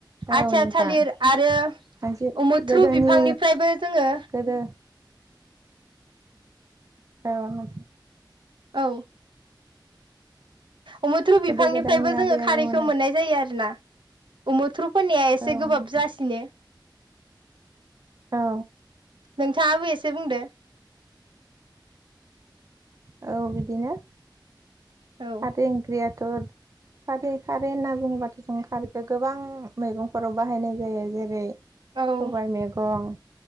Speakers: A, on the right; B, on the right.
A: औ
B: आथिया
A: नोंथां
B: थालिर आरो
A: मोनसे
B: उमुथ्रु
A: गोदोनि
B: बिफांनिफ्रायबो जोङो।
A: गोदो औ।
B: औ। अमुथ्रु बिफांनिफ्रायबो
A: गोदो गोदायनि
B: जोङो
A: आबै
B: खारैखौ
A: आबौमोना
B: मोननाय जायो आरो ना। उमुथ्रु फनिया एसे
A: औ
B: गोबाब
A: नोंथां
B: जासिनो।
A: औ
B: नोंथाङाबो एसे बुंदो
A: औ बिदिनो
B: औ
A: फाथै ओंख्रिया थोद खारै खारै होनना बुङोबाथ' जों खारैखौ गोबां मैगंफोराव बाहायनाय जायो जेरै
B: औ
A: सबाय मैगं